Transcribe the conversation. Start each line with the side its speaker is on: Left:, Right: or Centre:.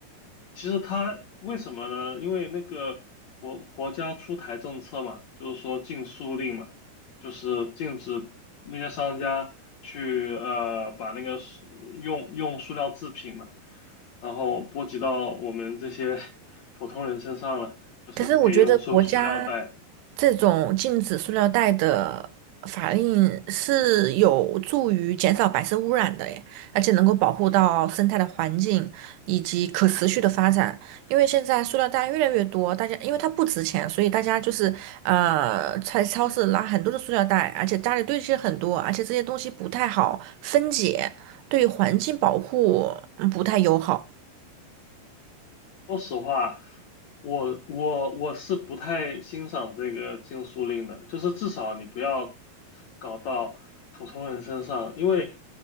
Left: 其实它为什么呢？因为那个国国家出台政策嘛，就是说禁塑令嘛，就是禁止那些商家去呃把那个塑用用塑料制品嘛，然后波及到我们这些 <laughs> 普通人身上了，就是不给用塑塑料袋。
Right: 可是我觉得国家这种禁止塑料袋的法令是有助于减少白色污染的耶，而且能够保护到生态的环境以及可持续的发展。因为现在塑料袋越来越多，大家因为它不值钱，所以大家就是呃在超市拿很多的塑料袋，而且家里堆积很多，而且这些东西不太好分解，对环境保护嗯不太友好。
Left: 说实话，我我我是不太欣赏这个禁塑令的，就是至少你不要搞到普通人身上，因为